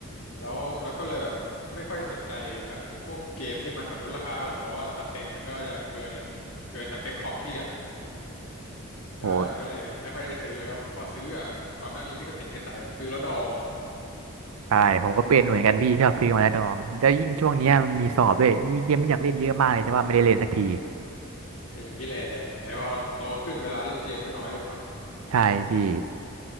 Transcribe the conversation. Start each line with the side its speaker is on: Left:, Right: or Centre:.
Left: แล้วแล้วก็เลยแบบไม่ค่อยสนใจแบบพวกเกมที่มันแบบลดราคาเท่าไหร่เพราะว่าสเปคมันก็จะเกินเกินสเปคคอมพี่อ่ะใช่ก็เลยไม่ค่อยได้ซื้อ
Right: โห
Left: แล้วพอซื้ออ่ะก่อนหน้านี้พี่ก็ติดนิสัยแบบซื้อแล้วดอง
Right: ใช่ผมก็เป็นเหมือนกันพี่ชอบซื้อมาแล้วดองแล้วยิ่งช่วงเนี้ยมันมีสอบด้วยมีเกมที่อยากเล่นเยอะมากเลยแต่ว่าไม่ได้เล่นสักที
Left: อืมก็อย่างนี้แหละแหมพอโตขึ้นเวลาเล่นเกมก็น้อยลงเนาะ
Right: ใช่พี่